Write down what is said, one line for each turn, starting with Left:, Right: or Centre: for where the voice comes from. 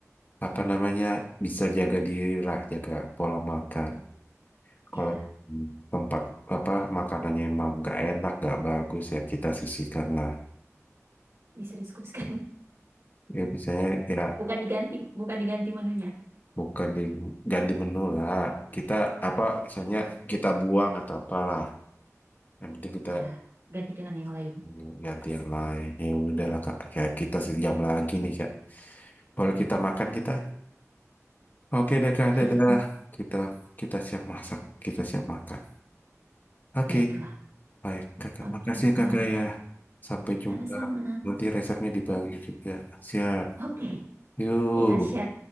Left: apa namanya bisa jaga diri lah, jaga pola makan.
Right: Ya,
Left: Kalau tempat apa makanannya emang nggak enak, nggak bagus ya kita sisihkan lah.
Right: bisa diskusikan. <laughs>
Left: Ya misalnya ya
Right: Bukan diganti, bukan diganti menunya.
Left: bukan di ganti menu lah. Kita apa misalnya kita buang atau apalah. Yang penting kita
Right: Ya, ganti dengan yang lain.
Left: mm, ganti yang lain. Ya udahlah Kak, kayak kita sejam lagi nih Kak. Boleh kita makan kita? Oke deh Kak,
Right: Kita
Left: dadah.
Right: tunggu.
Left: Kita kita siap masak, kita siap makan. Oke,
Right: Baiklah.
Left: baik Kakak.
Right: Oke,
Left: Makasih ya
Right: baik.
Left: Kakak ya. Sampai jumpa.
Right: Sama-sama.
Left: Nanti resepnya dibagi
Right: O-
Left: juga. Siap.
Right: Oke,
Left: Yuk,
Right: kita share.